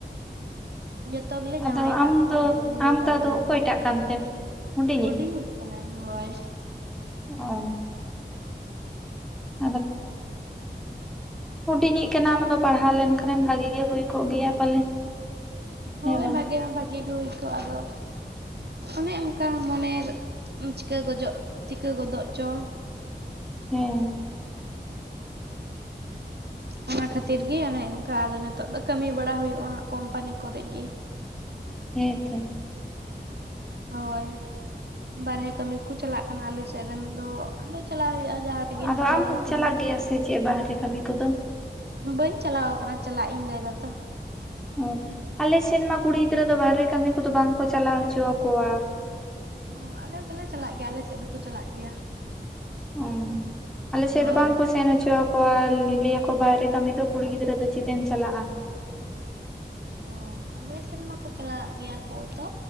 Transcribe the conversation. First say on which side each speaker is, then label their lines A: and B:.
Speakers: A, on the right; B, in the centre.
A: ᱡᱚᱛᱚ ᱜᱮᱞᱮ
B: ᱟᱫᱚ
A: ᱡᱟᱶᱟᱭ ᱥᱠᱟᱜ
B: ᱟᱢ
A: ᱠᱚᱣᱟ
B: ᱫᱚ
A: ᱟᱫᱚ ᱤᱧᱜᱮ
B: ᱟᱢ ᱫᱚ ᱟᱫᱚ
A: ᱦᱩᱰᱤᱧᱤᱜ
B: ᱚᱠᱚᱭᱴᱟᱜ
A: ᱠᱟᱱᱟᱹᱧ
B: ᱠᱟᱱᱛᱮᱢ ᱦᱩᱰᱤᱧᱤᱡ?
A: ᱦᱩᱰᱤᱧ ᱤᱡ ᱠᱟᱱᱟᱹᱧ ᱦᱳᱭ
B: <unintelligible> ᱟᱫᱚ ᱦᱩᱰᱤᱧᱤᱡ ᱠᱟᱱᱟᱢ ᱟᱫᱚ ᱯᱟᱲᱦᱟᱣ ᱞᱮᱱᱠᱷᱟᱱᱮᱢ ᱵᱷᱟᱜᱤ ᱜᱮ ᱦᱩᱭ ᱠᱚᱜ ᱜᱮᱭᱟ ᱯᱟᱞᱮ
A: ᱦᱳᱭ
B: ᱦᱮᱸ ᱵᱟᱝ
A: ᱵᱷᱟᱜᱮ ᱢᱟ ᱵᱷᱟᱜᱮ ᱜᱮ ᱦᱩᱭ ᱠᱚᱜᱼᱟ ᱟᱫᱚ ᱚᱱᱮ ᱚᱱᱠᱟ ᱢᱚᱱᱮ ᱪᱤᱠᱟᱹ ᱜᱚᱫᱚᱜ ᱪᱤᱠᱟᱹ ᱜᱚᱫᱚᱜ ᱪᱚᱝ
B: ᱦᱮᱸ
A: ᱚᱱᱟ ᱠᱷᱟᱹᱛᱤᱨ ᱜᱮ ᱚᱱᱮ ᱚᱱᱠᱟ ᱟᱫᱚ ᱱᱤᱛᱚᱜ ᱫᱚ ᱠᱟᱹᱢᱤ ᱵᱟᱲᱟ ᱦᱩᱭᱩᱜᱼᱟᱜ ᱠᱳᱢᱯᱟᱱᱤ ᱠᱚᱨᱮ ᱜᱮ
B: ᱦᱮᱸ ᱛᱚ
A: ᱦᱳᱭ ᱵᱟᱨᱷᱮ ᱠᱟᱹᱢᱤ ᱠᱚ ᱪᱟᱞᱟᱜ ᱠᱟᱱᱟ ᱟᱞᱮ ᱥᱮᱫ ᱨᱮᱱ ᱫᱚ ᱟᱫᱚ ᱪᱟᱞᱟᱜ ᱦᱩᱭᱩᱜᱼᱟ ᱡᱟᱦᱟᱸ ᱨᱮᱜᱮ
B: ᱟᱫᱚ
A: ᱦᱟᱸᱜ ᱡᱟᱦᱟᱸ
B: ᱟᱢ
A: ᱨᱮᱜᱮ
B: ᱦᱚᱸᱢ
A: ᱠᱟᱹᱢᱤ
B: ᱪᱟᱞᱟᱜ ᱜᱮᱭᱟ ᱥᱮ ᱪᱮᱫ ᱵᱟᱦᱨᱮ ᱠᱟᱹᱢᱤ ᱠᱚᱫᱚ
A: ᱵᱟᱹᱧ ᱪᱟᱞᱟᱣ ᱟᱠᱟᱱᱟ ᱪᱟᱞᱟᱜ ᱤᱧ ᱞᱟᱹᱭ ᱮᱫᱟᱛᱚ
B: ᱚ ᱟᱞᱮ ᱥᱮᱫ ᱢᱟ ᱠᱩᱲᱤ ᱜᱤᱫᱽᱨᱟᱹ ᱫᱚ ᱵᱟᱦᱨᱮ ᱠᱟᱹᱢᱤ ᱠᱚᱫᱚ ᱵᱟᱝ ᱠᱚ ᱪᱟᱞᱟᱣ ᱦᱚᱪᱚ ᱟᱠᱚᱣᱟ
A: ᱚ ᱟᱞᱮ ᱫᱚᱞᱮ ᱪᱟᱞᱟᱜ ᱜᱮᱭᱟ ᱟᱞᱮ ᱥᱮᱫ ᱫᱚᱠᱚ ᱪᱟᱞᱟᱜ ᱜᱮᱭᱟ
B: ᱚ ᱟᱞᱮ ᱥᱮᱫ
A: ᱦᱳᱭ
B: ᱫᱚ ᱵᱟᱝ ᱠᱚ ᱥᱮᱱ ᱦᱚᱪᱚ ᱟᱠᱚᱣᱟ ᱞᱟᱹᱭᱟᱠᱚ ᱵᱟᱦᱨᱮ ᱠᱟᱹᱢᱤ ᱫᱚ ᱠᱩᱲᱤ ᱜᱤᱫᱽᱨᱟᱹ ᱫᱚ ᱪᱮᱫ ᱮᱢ ᱪᱟᱞᱟᱜᱼᱟ
A: ᱚ ᱟᱞᱮ ᱥᱮᱱ ᱢᱟᱠᱚ ᱪᱟᱞᱟᱜᱟᱜ ᱜᱮᱭᱟ ᱠᱚ ᱛᱚ